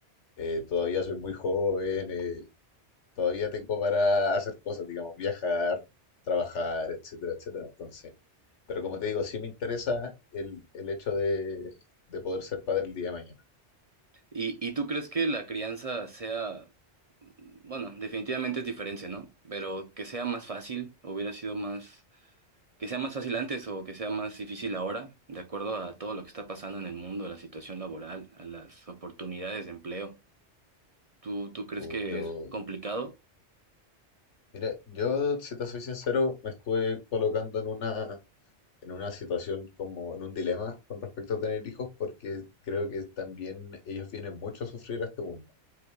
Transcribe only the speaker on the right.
¿Y, y tú crees que la crianza sea, bueno, definitivamente es diferente, ¿no? Pero que sea más fácil, hubiera sido más, que sea más fácil antes o que sea más difícil ahora, de acuerdo a todo lo que está pasando en el mundo, a la situación laboral, a las oportunidades de empleo. ¿Tú, tú crees
que
es complicado?